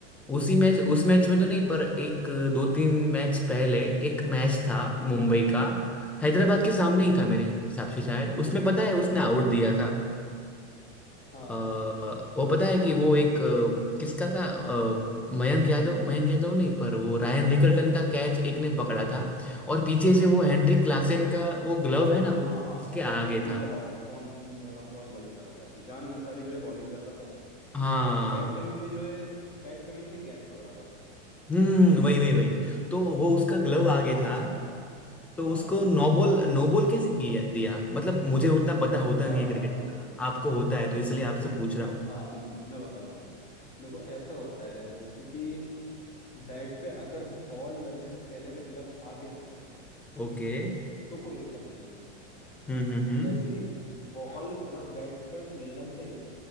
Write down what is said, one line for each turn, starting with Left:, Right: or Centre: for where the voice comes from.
Centre: उसी
Left: पूछो
Centre: मैच उस मैच में तो नहीं पर एक दो तीन मैच पहले एक मैच था मुंबई का हैदराबाद के सामने
Left: हाँ हाँ
Centre: ही था मेरे हिसाब से शायद उसमें पता है उसने आउट
Left: अच्छा
Centre: दिया था
Left: हाँ
Centre: अ, वो पता है कि वो एक अ, किसका था अ, मयंक यादव मयंक यादव नहीं पर वो रायन रिकल्टन का कैच एक ने पकड़ा था और पीछे से वो हेंड्रिक क्लासेन का वो ग्लव
Left: हाँ
Centre: है ना वो
Left: हाँ हाँ
Centre: उसके
Left: हाँ
Centre: आगे
Left: मैं
Centre: था
Left: बताऊँ कौन मैं बताऊँ कौन बॉलिंग कर रहा था जिशान अंसारी जो है बॉलिंग कर रहा था
Centre: हाँ
Left: और पैट कमिंस ने जो है पैट कमिंस ने कैच पकड़ा था
Centre: हम्म वही वही वही तो वो उसका
Left: तो
Centre: ग्लव
Left: क्या
Centre: आगे
Left: सी... हाँ
Centre: था
Left: बताऊँ
Centre: तो
Left: हाँ
Centre: उसको
Left: हाँ,
Centre: नोबॉल नोबॉल कैसे गिया- दिया मतलब मुझे उतना पता होता
Left: मैं
Centre: नहीं है क्रिकेट
Left: बताता हूँ
Centre: का आपको होता है तो इसलिए
Left: म-
Centre: आपसे पूछ रहा हूँ
Left: हाँ मैं मैं बताता हूँ देखो ऐसा होता है जैसे कि बैट पे अगर बॉल लगने से पहले अगर ग्लव्स आगे हैं
Centre: ओके
Left: तो कोई दिक्कत नहीं है
Centre: हम्म हम्म हम्म
Left: जैसी बॉल अगर बैट पर लग गई